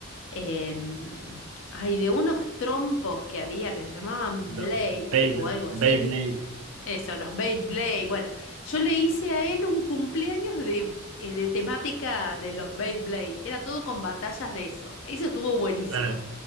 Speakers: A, on the left; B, on the right.
A: Eh, ay, de unos trompos que había que se llamaban
B: Los
A: Blade
B: Beyblade,
A: o algo así.
B: Beyblade,
A: Eso, los Beyblade. Bueno, yo le hice a él un cumpleaños de, eh, de temática de los Beyblade. Era todo con batallas de eso. Eso estuvo buenísimo.
B: claro.